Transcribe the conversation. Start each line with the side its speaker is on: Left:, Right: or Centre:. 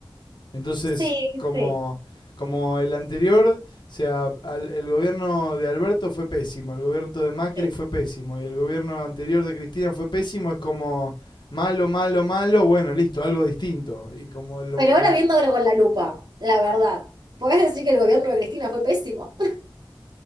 Left: Entonces,
Right: Sí,
Left: como,
Right: sí.
Left: como el anterior, o sea, al- el gobierno de Alberto fue pésimo, el gobierno de Macri
Right: Sí.
Left: fue pésimo y el gobierno anterior de Cristina fue pésimo, es como malo, malo, malo, bueno, listo, algo distinto. Y como lo-
Right: Pero
Left: lo-
Right: ahora viéndolo con la lupa, la verdad, ¿podés decir que el gobierno de Cristina fue pésimo? <laughs>